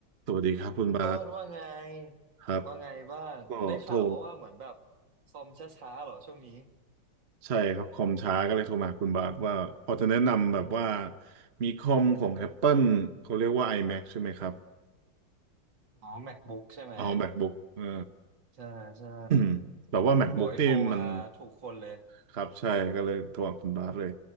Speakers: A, on the right; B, on the right.
A: สวัสดีครับคุณบาส
B: มันต้นว่าไง
A: ครับ
B: ว่าไงบ้างได้ข่าวว่าว่าเหมือนแบบ
A: ก็โทร
B: คอมช้าๆเหรอช่วงนี้
A: ใช่ครับคอมช้าก็เลยโทรมาหาคุณบาสว่าพอจะแนะนำแบบว่ามีคอมของ Apple เขาเรียกว่า iMac ใช่ไหมครับ
B: อ๋อ MacBook ใช่ไหม
A: อ๋อ MacBook เออ
B: ใช่ใช่
A: <coughs> แบบว่า MacBook
B: โอ้ยโทรมาถูกคนเลย
A: นี่มันครับใช่ก็เลยโทรหาคุณบาสเลย